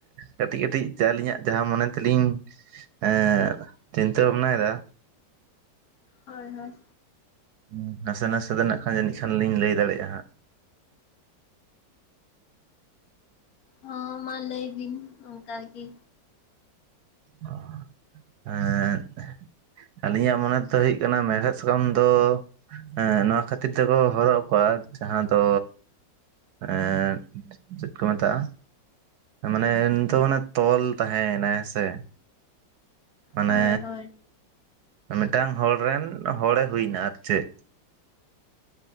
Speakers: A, on the right (about 70°); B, on the left (about 60°).
A: ᱠᱟᱹᱴᱤᱡ ᱠᱟᱹᱴᱤᱡ ᱡᱟ ᱟᱹᱞᱤᱧᱟᱜ ᱡᱟᱦᱟᱸ ᱢᱚᱱᱮ ᱛᱮᱞᱤᱧ ᱮᱸᱫ ᱪᱤᱱᱛᱟᱹ ᱵᱷᱟᱵᱽᱱᱟᱭ ᱫᱟ,
B: ᱦᱳᱭ ᱦᱳᱭ᱾
A: ᱦᱩᱸ ᱱᱟᱥᱮ ᱱᱟᱥᱮ ᱫᱚ ᱱᱟᱜ ᱠᱷᱟᱱ ᱡᱟᱹᱱᱤᱡ ᱠᱷᱟᱱ ᱞᱤᱧ ᱞᱟᱹᱭ ᱫᱟᱲᱮᱜ-ᱟ ᱦᱟᱸᱜ᱾
B: ᱦᱚᱸ ᱢᱟ ᱞᱟᱹᱭ ᱵᱤᱱ ᱚᱝᱠᱟ ᱜᱤ᱾
A: ᱚ ᱮᱸᱫᱻ ᱟᱹᱞᱤᱧᱟᱜ ᱢᱚᱱᱮᱛᱮ ᱦᱩᱭᱩᱜ ᱠᱟᱱᱟ ᱢᱮᱲᱦᱮᱫ ᱥᱟᱠᱟᱢ ᱫᱚ ᱮᱸ ᱱᱚᱣᱟ ᱠᱷᱟᱹᱛᱤᱨ ᱛᱮᱠᱚ ᱦᱚᱨᱚᱜ ᱟᱠᱚᱣᱟ ᱡᱟᱦᱟᱸ ᱫᱚ ᱮᱸᱫ ᱪᱮᱫ ᱠᱚ ᱢᱮᱛᱟᱜᱼᱟ, ᱢᱟᱱᱮ ᱩᱱᱤᱛᱚ ᱢᱟᱱᱮ ᱛᱚᱞ ᱛᱟᱦᱮᱸᱭ ᱮᱱᱟᱭ ᱦᱮᱸᱥᱮ? ᱢᱟᱱᱮ
B: ᱦᱳᱭ ᱦᱳᱭ᱾
A: ᱢᱤᱫᱴᱟᱝ ᱦᱚᱲ ᱨᱮᱱ ᱦᱚᱲᱮ ᱦᱩᱭᱱᱟ ᱟᱨ ᱪᱮᱫ᱾